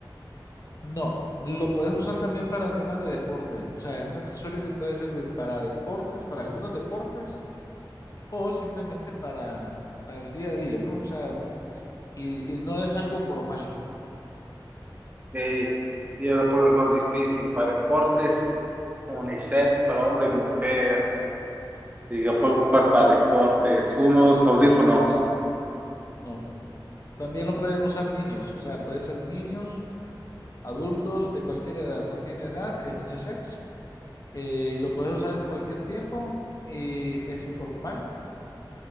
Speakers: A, on the left (about 45°); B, on the right (about 20°).
A: No, lo puedes usar también para temas de deporte. O sea, es un accesorio que puede servir para deportes, para algunos deportes, o simplemente para, para el día a día, ¿no? O sea, y, y no es algo formal,
B: Ok. Y ya después es más difícil. Para deportes. Unisets para hombre y mujer. Y lo puedo ocupar para deportes. Unos audífonos.
A: no. También lo pueden usar niños, o sea, puede ser niños, adultos, de cualquier edad. No tiene edad, es unisex. eh, lo puedes usar en cualquier tiempo y es informal.